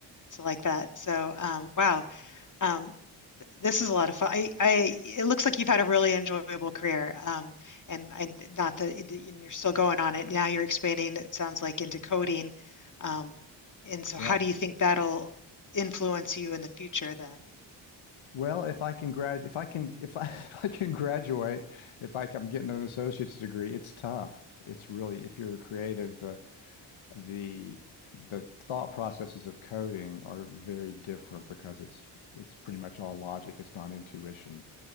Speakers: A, on the left (about 35°); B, on the left (about 70°).
A: to like that. So um, wow, um, this is a lot of fun. I, I it looks like you've had a really enjoyable career. Um, and I not that that you- you're still going on it. Now you're expanding, it sounds like, into coding. Um, and so
B: yeah.
A: how do you think that'll influence you in the future then?
B: Well, if I can grad, if I can, if I, <laughs> if I can graduate, if I, am getting an associate's degree, it's tough. It's really, if you're a creative, the the the thought processes of coding are very different because it's it's pretty much all logic. It's not intuition